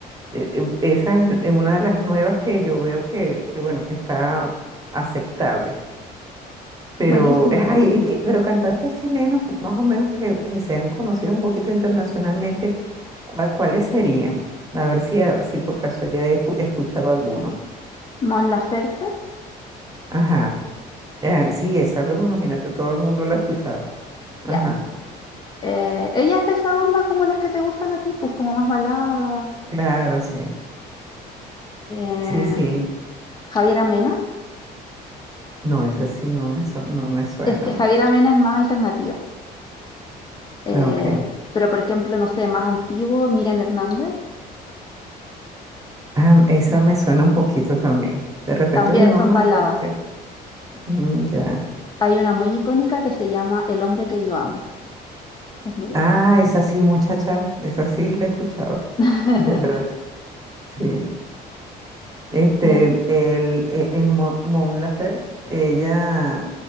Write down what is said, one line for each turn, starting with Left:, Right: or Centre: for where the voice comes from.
Right: e- esa es es una de las nuevas que yo veo que, que, bueno, que está aceptable. Pero
Left: Buenísimo.
Right: es ahí, y de- pero cantantes chilenos más o menos que, que sean conocidos un poquito internacionalmente, ¿cuál- ¿cuáles serían? A ver si, a- si por casualidad he escu- he escuchado alguno.
Left: Mon Laferte.
Right: Ajá. Eh, sí, eso lo imagínate, todo el mundo lo ha escuchado. Ajá.
Left: Ya. Eh, ella es de esa onda como las que te gustan a ti, pues como más baladas.
Right: Claro, sí.
Left: Em,
Right: Sí, sí.
Left: Javiera Mena.
Right: No, ese sí no me, su- no me suena
Left: Es que
Right: mucho.
Left: Javiera Mena es más alternativa. Eh,
Right: Ah, Ok.
Left: pero por ejemplo, no sé, más antiguo, Miriam Hernández,
Right: Ah, esa me suena un poquito también. De repente
Left: también
Right: mi mamá,
Left: son baladas.
Right: tal vez. Mm, ya.
Left: Hay una muy icónica que se llama El hombre que yo amo. Es muy buena.
Right: Ah, esa sí, muchacha. Esa sí la he escuchado.
Left: <laughs>
Right: De verdad. Sí. Este,
Left: Eh,
Right: el, e- el, Mo- Mon Laferte, ella,